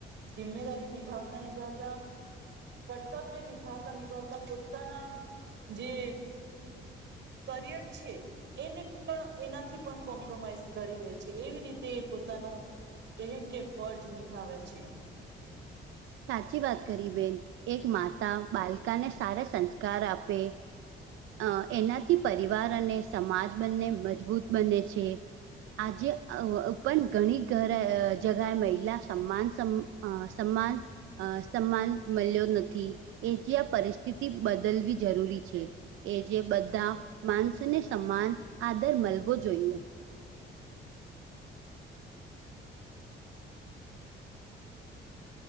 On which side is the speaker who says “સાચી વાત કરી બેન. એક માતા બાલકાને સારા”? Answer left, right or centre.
Right